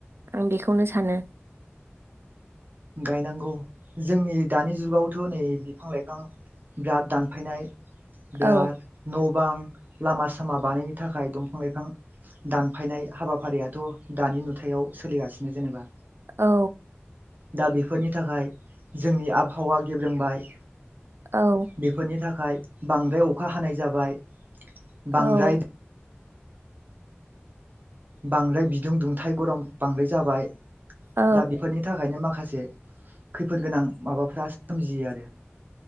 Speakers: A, on the right; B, on the right.
A: आं बेखौनो सानो
B: गायनांगौ जोंनि दानि जुगावथ नै बिफां लाइफां बिराद दानफायनाय बिराद
A: औ
B: न बां लामा सामा बानायनो थाखाय दंफां लाइफां दानफायनाय हाबाफारियाथ दानि नुथायाव सोलिगासिनो जेनेबा
A: औ।
B: दा बेफोरनि थाखाय जोंनि आबहावा गेब्रोंबाय
A: औ।
B: बेफोरनि थाखाय बांद्राय अखा हानाय जाबाय बांद्राय
A: औ
B: बांद्राय बिदुं दुंथाइ गरम बांद्राय जाबाय
A: औ
B: दा बेफोरनि थाखायनो माखासे माखासे खैफोद गोनां माबाफ्रा सोमजियो आरो